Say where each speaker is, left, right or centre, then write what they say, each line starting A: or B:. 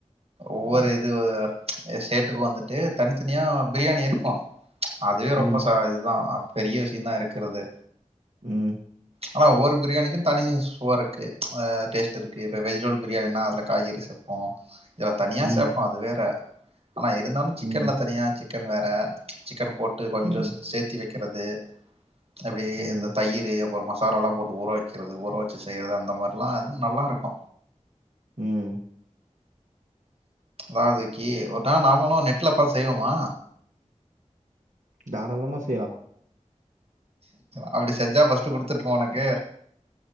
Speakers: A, on the right; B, on the right.
A: ஒவ்வொரு
B: ம்
A: இதுவு எ ஸ்டேட்டுக்கு வந்துட்டு தன்த்தனியா பிரியாணி இருக்கு அதுவே ரொம்ப
B: ம்
A: ச இதுதா பெரிய விஷியந்தா இருக்கிறது
B: ம்
A: ஆனா ஒவ்வொரு பிரியாணிக்கு தனி சுவருக்கு ஆ டேஸ்ட்டிருக்கு இப்ப வெஜிடபிள் பிரியாணின்னா அதுல காய்கறி சேப்போ இதுல தனியா
B: ம்
A: சேப்போ அது வேற ஆனா இருந்தாலு சிக்கன்ல
B: ம்
A: தனியா சிக்கன் வேற சிக்கனு போட்டு கொஞ்ச
B: ம்
A: ச சேத்தி வெக் கிறது அப்படியே
B: ம்
A: இந்த தயிறு ஒரு மசாலால்லா போட்டு ஊற வெக்கிறது ஊற வெச்சு செய்யற்து அந்த மாரிலா ம் நல்லாருக்கு
B: ம்
A: நாளைக்கி ஒரு நாள் நாமளு நெட்ல பாத் செய்வோமா
B: தாராளமா செய்யலா
A: அப்படி செஞ்சா ஃபஸ்ட்டு குடுத்துர்டுமா உனக்கு